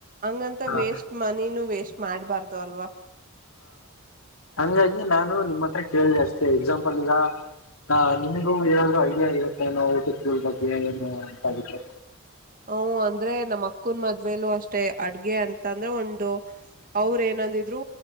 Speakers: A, on the right; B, on the left.
A: ಅಂಗ ಅಂತಾ
B: ಹ
A: ವೇಸ್ಟ ಮನಿನೂ ವೇಸ್ಟ್ ಮಾಡಬಾರದು ಅಲ್ವಾ.
B: ಅಂಗ ಆಗಿ ನಾನು ನಿಮ್ಮ ಹತ್ರ ಕೇಳದೆ ಅಷ್ಟೇ ಎಕ್ಸಾಮ ಈಗ ಆ ನಿಮಗೂ ಏನಾದ್ರು ಐಡಿಯಾ ಇರುತ್ತೆ ಏನೋ ಊಟದ್ ಕೂಳ್ ಬಗ್ಗೆ ಏನು ಅಂತ ಅದಿಕ್ಕೆ
A: ಹ ಅಂದ್ರೆ ನಮ್ಮ್ ಅಕ್ಕನ್ ಮದುವೆಲ್ಲೂ ಅಷ್ಟೇ ಅಡುಗೆ ಅಂತ ಅಂದ್ರೆ ಒಂದು ಅವ್ರ್ ಏನಂದಿದ್ರು